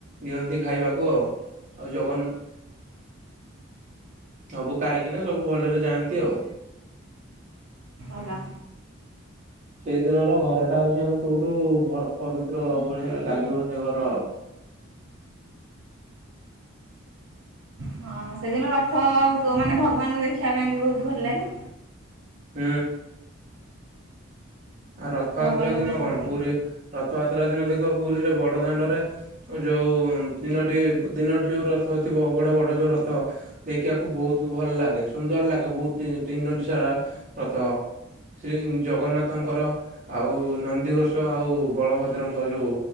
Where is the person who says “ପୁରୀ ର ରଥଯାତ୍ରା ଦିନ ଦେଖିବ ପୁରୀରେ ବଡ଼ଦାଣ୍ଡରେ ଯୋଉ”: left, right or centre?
Right